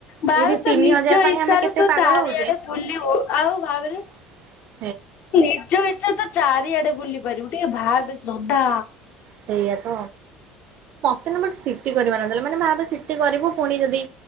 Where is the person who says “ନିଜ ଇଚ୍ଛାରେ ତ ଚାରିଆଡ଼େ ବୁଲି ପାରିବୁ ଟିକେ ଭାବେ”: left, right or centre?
Left